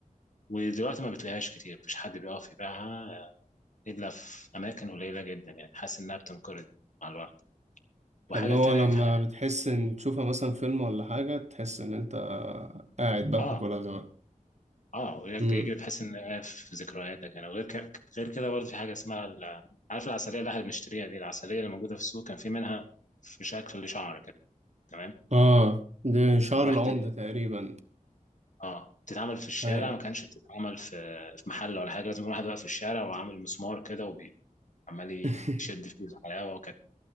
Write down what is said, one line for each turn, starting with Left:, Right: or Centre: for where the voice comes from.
Left: ودلوقتي ما بتلاقيهاش كتير مفيش حد بيقف يبيعها الا في اماكن قليله جدا يعني حاسس انها بتنقرض مع الوقت
Right: فاللي
Left: وحاجه
Right: هو
Left: تانية
Right: لما
Left: ح-
Right: بتحس ان تشوفها مثلا فيلم ولا حاجه تحس ان انت قاعد بقى
Left: اه
Right: بتاكلها زمان
Left: اه وياك
Right: مم.
Left: بيجري بحيث ان هي في ذكرياتك يعني وغير كده غير كده برضه في حاجه اسمها ال- عارف العسليه اللي احنا بنشتريها دي العسليه اللي موجوده في السوق كان في منها في شكل شعر كده تمام
Right: اه ده شعر
Left: كان واحدة
Right: العمده تقريبا
Left: اه بتتعمل في الشارع
Right: هي.
Left: ما كانش بتتعمل في في محل ولا حاجة لازم يكون واحد واقف في الشارع وعامل مسمار كده وعمال
Right: <laughs>
Left: يشد فيه الحلاوة وكان